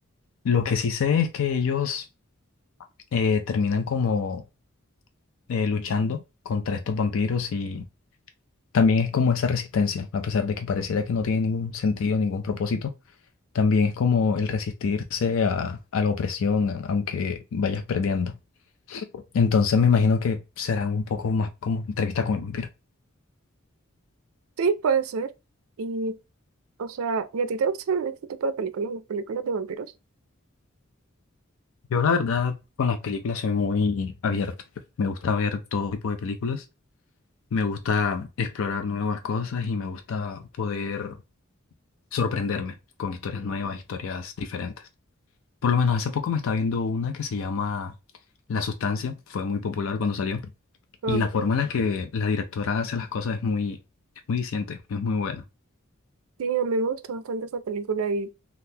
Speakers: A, on the left; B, on the right.
A: lo que sí sé es que ellos eh, terminan como eh, luchando contra estos vampiros y también es como esa resistencia, a pesar de que pareciera que no tiene ningún sentido, ningún propósito, también es como el resistirse a, a la opresión, a- aunque vayas perdiendo. Entonces me imagino que será un poco más como entrevista con el vampiro.
B: sí, puede ser. Y O sea, ¿y a ti te gustan este tipo de películas, las películas de vampiros?
A: Yo la verdad con las películas soy muy abierto. Me gusta ver todo tipo de películas, me gusta explorar nuevas cosas y me gusta poder sorprenderme con historias nuevas, historias diferentes. Por lo menos hace poco me estaba viendo una que se llama La Sustancia, fue muy popular cuando salió,
B: Ah,
A: y la forma en la que la directora hace las cosas es muy, es muy diciente, es muy buena.
B: sí, a mí me gustó bastante esa película y